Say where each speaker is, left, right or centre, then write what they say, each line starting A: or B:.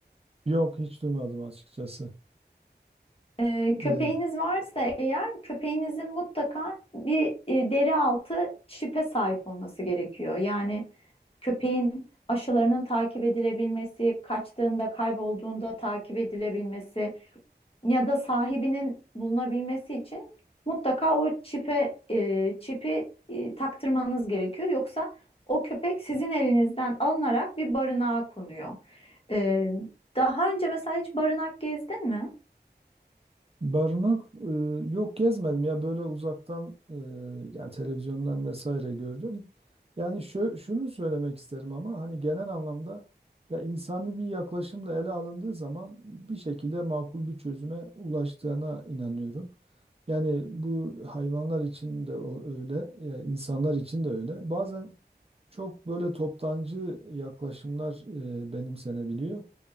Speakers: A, on the right; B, on the left.
A: Yok hiç duymadım açıkçası.
B: Ee,
A: E,
B: köpeğiniz varsa eğer köpeğinizin mutlaka bir e, deri altı çipe sahip olması gerekiyor. Yani köpeğin aşılarının takip edilebilmesi, kaçtığında, kaybolduğunda takip edilebilmesi ya da sahibinin bulunabilmesi için mutlaka o çipe e, çipi e, taktırmanız gerekiyor. Yoksa o köpek sizin elinizden alınarak bir barınağa konuyor. Ee, daha önce mesela hiç barınak gezdin mi?
A: Barınak e, yok gezmedim ya böyle uzaktan e, yani televizyondan vesaire gördüm. Yani şu, şunu söylemek isterim ama hani genel anlamda ya insani bir yaklaşımla ele alındığı zaman bir şekilde makul bir çözüme ulaştığına inanıyorum. Yani bu hayvanlar için de o- öyle, e, insanlar için de öyle. Bazen çok böyle toptancı yaklaşımlar e, benimsenebiliyor